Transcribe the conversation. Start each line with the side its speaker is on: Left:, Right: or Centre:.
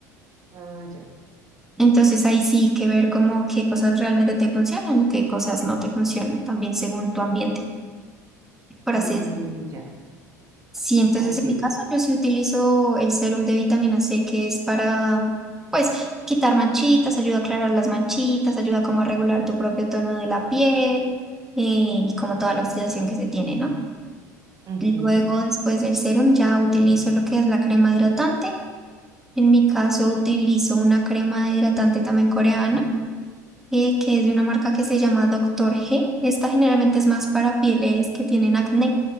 Right: Ah, ya.
Centre: Entonces ahí sí que ver como qué cosas realmente te funcionan y qué cosas no te funcionan, también según tu ambiente, por
Right: Mm,
Centre: así decirlo.
Right: ya,
Centre: Sí, entonces
Right: ok.
Centre: en mi caso yo sí utilizo el serum de vitamina C que es para, pues, quitar manchitas, ayuda a aclarar las manchitas, ayuda como a regular tu propio tono de la piel eh, y como toda la oxidación que se tiene, ¿no?
Right: Ujú.
Centre: Luego, después del serum, ya utilizo lo que es la crema hidratante. En mi caso utilizo una crema hidratante también coreana eh, que es de una marca que se llama Doctor G. Esta generalmente es más para pieles que tienen acné.